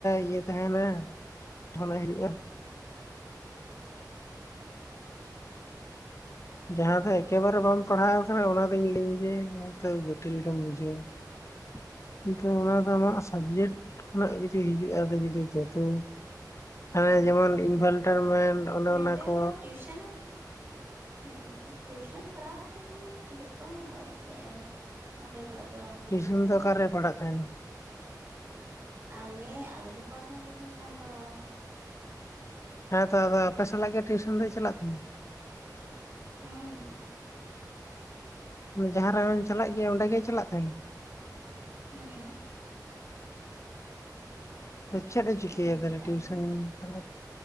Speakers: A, on the left; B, on the right.
A: ᱤᱭᱟᱹ ᱛᱟᱦᱮᱱᱟ ᱫᱷᱟᱱᱟ ᱦᱳᱭᱳᱜᱼᱟ᱾ ᱡᱟᱦᱟᱸ ᱫᱚ ᱮᱠᱮᱵᱟᱨᱮ ᱵᱟᱢ ᱯᱟᱲᱦᱟᱣ ᱠᱟᱱᱟ ᱚᱱᱟ ᱫᱚᱧ ᱞᱟᱹᱭᱟᱹᱧ ᱡᱮᱛᱟᱹᱣ ᱡᱚᱴᱤᱞ ᱜᱮᱢ ᱵᱩᱡᱷᱟᱹᱣᱟ᱾ <inaudible> ᱚᱱᱟ ᱫᱚ ᱟᱢᱟᱜ ᱥᱟᱵᱡᱮᱠᱴ
B: ᱦᱩᱸ ᱦᱩᱸ
A: ᱠᱷᱚᱱᱟᱜ ᱡᱩᱫᱤ ᱦᱤᱡᱩᱜᱼᱟ ᱟᱫᱚ ᱡᱩᱫᱤ ᱛᱟᱹᱣ
B: ᱦᱩᱸ
A: ᱦᱮᱸ ᱡᱮᱢᱚᱱ ᱤᱱᱵᱷᱟᱨᱴᱟᱨᱢᱮᱱᱴ ᱚᱱᱮ
B: ᱢᱮᱡᱚᱨ
A: ᱚᱱᱟ ᱠᱚ
B: ᱫᱚ ᱴᱤᱭᱩᱥᱚᱱ ᱦᱩᱸ ᱴᱤᱭᱩᱥᱚᱱ ᱯᱟᱲᱦᱟᱣ ᱠᱟᱛᱮ ᱡᱩᱫᱤ ᱦᱤᱡᱩᱜ ᱛᱟᱢ ᱟᱫᱚ ᱪᱮᱫ ᱮᱢ ᱞᱟᱹᱭᱟ ᱚᱸᱰᱮ ᱫᱚ
A: ᱴᱤᱭᱩᱥᱚᱱ ᱫᱚ ᱚᱠᱟᱨᱮ
B: <unintelligible>
A: ᱯᱟᱲᱦᱟᱜ ᱛᱟᱦᱮᱱᱟ
B: ᱟᱞᱮ-ᱟᱞᱮ ᱰᱤᱯᱟᱨᱴᱢᱮᱱᱴ ᱨᱮᱱ ᱠᱟᱱ ᱫᱚᱭ
A: ᱦᱮᱸᱛᱚ ᱟᱫᱚ ᱟᱯᱮ ᱥᱟᱞᱟᱜᱮ ᱴᱤᱭᱩᱥᱚᱱ ᱫᱚᱭ ᱪᱟᱞᱟᱜ ᱠᱟᱱᱟ᱾ <inaudible>
B: ᱦᱩᱸ
A: ᱚᱱᱮ ᱡᱟᱦᱟᱸ ᱟᱢᱮᱢ ᱪᱟᱞᱟᱜ ᱜᱮᱭᱟ ᱚᱸᱰᱮ ᱜᱮᱭ ᱪᱟᱞᱟᱜ ᱛᱟᱦᱮᱱᱟ᱾
B: ᱦᱩᱸ
A: ᱪᱮᱫ ᱮ ᱪᱤᱠᱟᱹᱭᱟ
B: ᱮᱢ ᱵᱩᱡᱽ
A: ᱛᱟᱦᱞᱮ
B: ᱫᱟ
A: ᱴᱤᱭᱩᱥᱚᱱ
B: ᱟᱢ ᱫᱚ
A: ᱪᱟᱞᱟᱣ